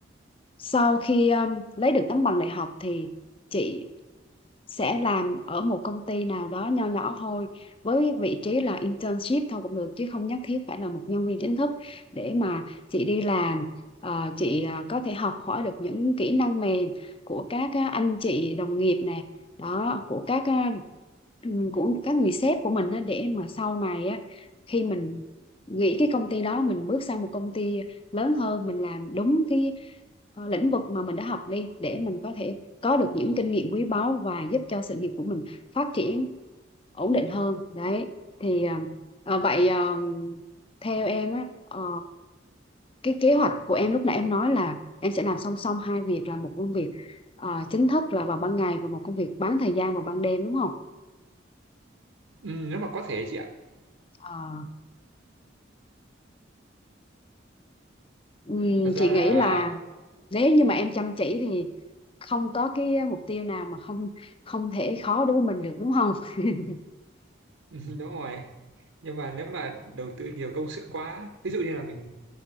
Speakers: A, on the left; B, on the right.
A: sau khi um, lấy được tấm bằng đại học thì chị sẽ làm ở một công ty nào đó nho nhỏ thôi với vị trí là internship thôi cũng được chứ không nhất thiết phải là một nhân viên chính thức để mà chị đi làm ờ, chị ờ, có thể học hỏi được những kỹ năng mềm của các ờ, anh chị đồng nghiệp nè đó của các ờ, ừ, của các người sếp của mình á, để mà sau này á khi mình nghỉ cái công ty đó mình bước sang một công ty lớn hơn mình làm đúng cái ờ, lĩnh vực mà mình đã học đi để mình có thể có được những kinh nghiệm quý báu và giúp cho sự nghiệp của mình phát triển ổn định hơn đấy thì ờ, vậy ờ, theo em á ờ, cái kế hoạch của em lúc nãy em nói là em sẽ làm song song hai việc là một công việc ờ, chính thức là vào ban ngày và một công việc bán thời gian vào ban đêm đúng không
B: ừ, nếu mà có thể chị ạ
A: Ờ, ừm,
B: thật ra
A: chị
B: là
A: nghĩ là nếu như mà em chăm chỉ thì không có cái mục tiêu nào mà không không thể khó đối với mình được đúng không <laughs>
B: <laughs> đúng rồi nhưng mà nếu mà đầu tư nhiều công sức quá ví dụ như là mình